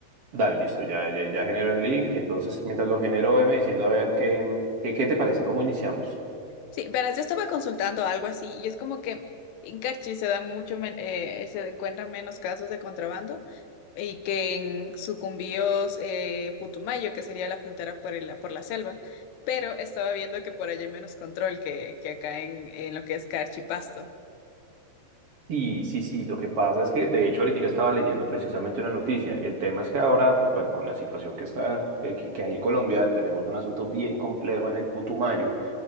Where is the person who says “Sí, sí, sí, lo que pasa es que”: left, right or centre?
Right